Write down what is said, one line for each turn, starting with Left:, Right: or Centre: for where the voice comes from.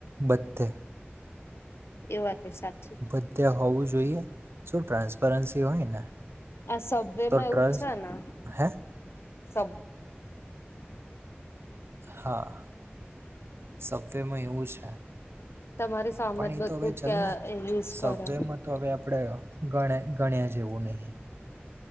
Right: બધધે
Left: એ વાત એ સાચી
Right: બધ્યા હોવું જોઈએ શું ટ્રાન્સપરન્સી હોય ને
Left: આ સવે
Right: તો
Left: માં
Right: ટ્રસ
Left: એવું જ છે ને
Right: હે
Left: સે
Right: હા સભ્યમાં એવું છે.
Left: તમારી સામે
Right: પણ
Left: જ
Right: એ
Left: બધું
Right: તો ભાઈ ચલને
Left: કે યુઝ
Right: સભ્ય
Left: કરે
Right: મત તો હવે આપણે ગણ ગણ્યા જેવું નહીં